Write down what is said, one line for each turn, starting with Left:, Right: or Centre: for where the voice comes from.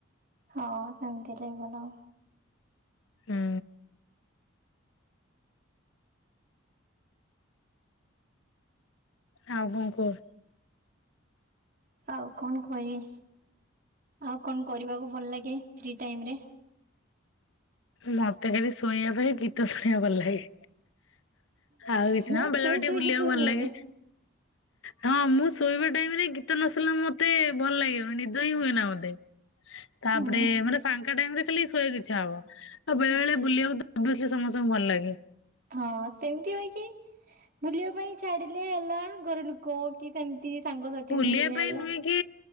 Right: ହଁ ସେମିତି ହେଲେ ଭଲ।
Left: ହୁଁ ଆଉ କଣ କୁହ।
Right: ଆଉ କଣ କଇବି ଆଉ କଣ କରିବାକୁ ଭଲ ଲାଗେ ଫ୍ରି ଟାଇମ ରେ?
Left: ମତେ ଖାଲି ଶୋଇଆ ପାଇଁ ଗୀତ ଶୁଣିବା ଭଲ ଲାଗେ। ଆଉ କିଛି
Right: ହୁଁ
Left: ନା ବେଳେ
Right: ସୋଇ
Left: ବେଳେ ଟିକେ
Right: ସୋଇ
Left: ବୁଲିବାକୁ
Right: ଗୀତ
Left: ଭଲ
Right: ଶୁଣିଆ
Left: ଲାଗେ।
Right: ପାଇଁ।
Left: ହଁ ମୁଁ ଶୋଇବା ଟାଇମ ରେ ଗୀତ ନଶୁଣିଲେ ମତେ ଭଲ ଲାଗିବନି ନିଦ ହିଁ ହୁଏ ନା ମତେ। ତାପରେ
Right: ହୁଁ
Left: ମାନେ ଫାଙ୍କା ଟାଇମ ରେ ଖାଲି ଶୋଇଆକୁ ଇଚ୍ଛା ହବ ଆଉ ବେଳେ
Right: ଆଚ୍ଛା।
Left: ବେଳେ ବୁଲିଆକୁ ତ ଓଭିଓସ୍ଲି ସମସ୍ତଙ୍କୁ ଭଲ ଲାଗେ।
Right: ହଁ ସେମିତି ହଇ କି ବୁଲିବା ପାଇଁ ଛାଡିଲେ ହେଲା ଘର ଲୋକ। କି ସେମିତି ସାଙ୍ଗସାଥି
Left: ବୁଲିବା
Right: ମିଳିଲେ
Left: ପାଇଁ
Right: ହେଲା।
Left: ନୁହେଁ କି